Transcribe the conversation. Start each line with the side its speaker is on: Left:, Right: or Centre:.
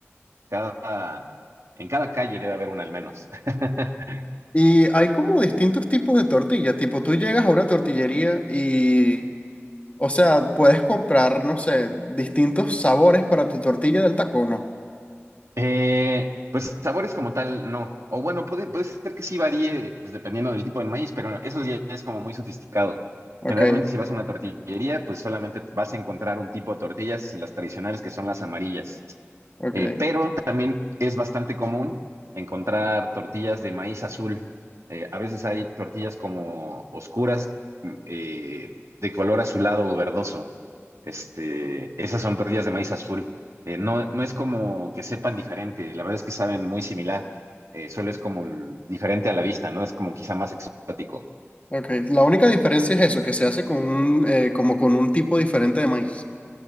Right: cada, en cada calle debe haber una al menos. <laughs>
Left: Y hay como distintos tipos de tortilla, tipo tú llegas a una tortillería y, o sea, puedes comprar, no sé, distintos sabores para tu tortilla del taco, ¿no?
Right: Eh, pues sabores como tal, no. O bueno, puede, puede ser que sí varíe pues, dependiendo del tipo de maíz, pero eso ya es como muy sofisticado.
Left: Ok,
Right: Generalmente si vas a una tortillería, pues solamente vas a encontrar un tipo de tortillas, las tradicionales que son las amarillas.
Left: ok.
Right: Eh, pero también es bastante común encontrar tortillas de maíz azul. Eh, a veces hay tortillas como oscuras, mm, eh, de color azulado o verdoso. Este, esas son tortillas de maíz azul. Eh, no, no es como que sepan diferente, la verdad es que saben muy similar, eh, solo es como el- diferente a la vista, ¿no? Es como quizá más exótico.
Left: Ok, la única diferencia es eso, que se hace con un, eh, como con un tipo diferente de maíz.